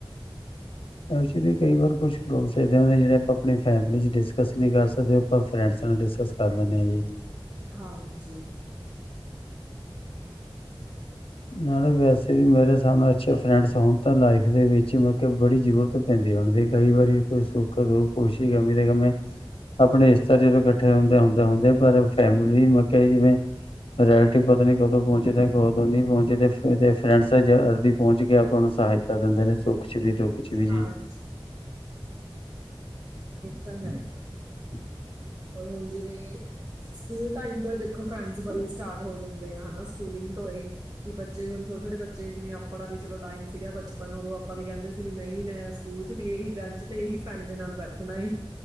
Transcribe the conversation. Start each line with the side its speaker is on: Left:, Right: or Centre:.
Left: ਐਕੁਚਲੀ, ਕਈ ਵਾਰ ਕੁਛ ਪਰੋਬ ਐਦਾ ਦੇ ਨੇ ਜਿਹੜੇ ਆਪਾਂ ਆਪਣੀ ਫੈਮਿਲੀ ਚ ਡਿਸਕਸ ਨਹੀਂ ਕਰ ਸਕਦੇ, ਪਰ ਫਰੈਡਸ ਨਾਲ ਡਿਸਕਸ ਕਰ ਲੈਂਨੇ ਹਾਂ ਜੀ।
Right: ਹਾਂਜੀ।
Left: ਨਾਲੇ, ਵੈਸੇ ਵੀ ਮੇਰੇ ਸਾ ਅੱਛੇ ਫਰੈਂਡਸ ਹੋਣ ਤਾਂ ਲਾਈਫ ਦੇ ਵਿੱਚ ਮ ਬੜੀ ਜ਼ਰੂਰਤ ਪੈਂਦੀ ਹੋਣਦੀ ਹੈ। ਕਈ ਵਾਰੀ ਕੋਈ ਸੁੱਖ- ਦੁੱਖ, ਖੁਸ਼ੀ -ਕਮੀ ਦੇ ਸਮੇਂ ਆਪਣੇ ਇਸ ਤਰ ਜਦੋਂ ਇਕੱਠੇ ਹੁੰਦੇ, ਹੁੰਦੇ- ਹੁੰਦੇ ਪਰ ਫੈਮਿਲੀ, ਮੈਂ ਕਿਆ ਜਿਵੇਂ ਰੈਲਟਿਵ ਪਤਾ ਨੀ ਕਦੋਂ ਪਹੁੰਚਦੇ ਕਦੋ ਨੀ ਪਹੁੰਚੇ ਤੇ ਫਰੈਂਡਸ ਜਲਦੀ ਪਹੁੰਚ ਕੇ ਆਪਾਂ ਨੂੰ ਸਹਾਇਤਾ ਦਿੰਦੇ ਨੇ ਸੁੱਖ ਚ, ਵੀ ਦੁੱਖ 'ਚ ਵੀ
Right: ਹਾਂ, ਜੀ। ਤਾਂ ਹੈ।
Left: ਹ <unintelligible>
Right: ਹੁਣ ਜਿਵੇਂ ਸਕੂਲ ਟਾਈਮ ਤੋਂ ਦੇਖੋ ਫਰੈਂਡਸ ਬੜੇ ਸਟਾਰਟ ਹੋ ਜਾਂਦੇ ਆ ਹਨਾ। ਸਕੂਲਿੰਗ ਤੋਂ ਹੀ ਬੱਚੇ ਹੁਣ ਛੋਟੇ- ਛੋਟੇ ਬੱਚੇ, ਜਿਵੇਂ ਆਪਣਾ ਵੀ ਚਲੋ ਟਾਈਮ ਸੀਗਾ, ਬਚਪਨ ਔਦੋਂ ਆਪਾਂ ਵੀ ਕਹਿੰਦੇ ਸੀ ਵੀ ਨਹੀਂ, ਮੈਂ ਸਕੂਲ ਚ ਵੀ ਇਹੀ ਬੈਂਚ ਤੇ, ਇਹੀ ਫਰੈਂਡ ਦੇ ਨਾਲ ਬੈਠਣਾ